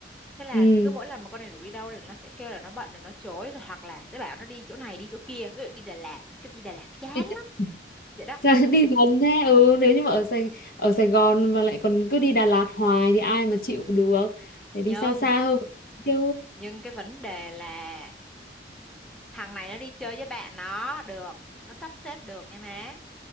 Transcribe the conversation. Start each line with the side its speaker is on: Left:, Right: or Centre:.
Centre: thế là
Left: ừ
Centre: cứ mỗi lần mà con này rủ đi đâu là nó sẽ kêu là nó bận là nó chối rồi hoặc là sẽ bảo nó đi chỗ này đi chỗ kia ví dụ đi Đà Lạt nó kêu đi Đà Lạt chán
Left: đi, <laughs>
Centre: lắm vậy đó
Left: chả- đi gần thế ừ nếu như mà ở Sài ở Sài Gòn mà lại còn cứ đi Đà Lạt hoài thì ai mà chịu được phải
Centre: nhưng
Left: đi xa xa hơn một tí chứ
Centre: nhưng cái vấn đề là thằng này nó đi chơi với bạn nó được nó sắp xếp được nha má